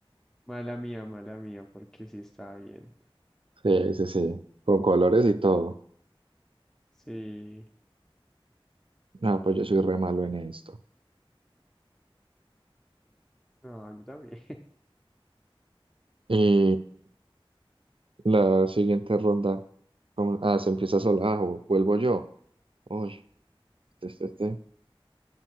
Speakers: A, in the centre; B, on the right (about 65°).
A: Mala mía, mala mía, porque sí está bien.
B: Sí, sí, sí, con colores y todo.
A: Sí.
B: No, pues yo soy re malo
A: Ay,
B: en esto.
A: No, yo también. <laughs>
B: Y... La siguiente ronda. ¿cómo? Ah, se empieza sola Ah, vu- vuelvo yo. Uy, este, este. este.